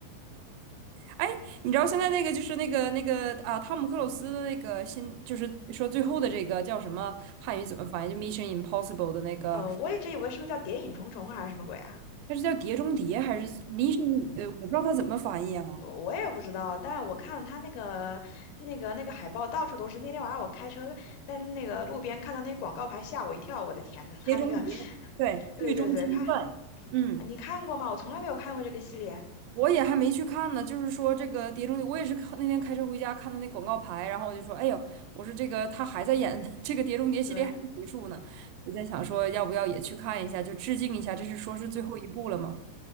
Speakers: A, on the right (about 85°); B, on the left (about 80°).
A: 哎，你知道现在那个就是那个那个啊，汤姆克鲁斯的那个新，就是说最后的这个叫什么汉语怎么翻译？就《Mission Impossible》的那个，
B: 呃，我一直以为是不是叫《谍影重重》还是什么鬼啊？
A: 它是叫《碟中谍》还是《Mission》？呃，我不知道它怎么翻译啊，
B: 我我也不知道，但我看了他那个那个那个海报，到处都是。那天晚上我开车，但是那个路边看到那广告牌，吓我一跳。我的天呐，他那个，
A: 《碟中谍》对，
B: 对对对，
A: 《狱中清算》。
B: 怕啊
A: 嗯，
B: 你看过吗？我从来没有看过这个系列。
A: 我也还没去看呢。就是说这个《碟中谍》，我也是看那天开车回家看到那广告牌，然后我就说，哎呦，我说这个他还在演 <laughs> 这个《碟中谍》系列还没结束呢。
B: 对，
A: 我在想说，要不要也去看一下，就致敬一下，这是说是最后一部了嘛？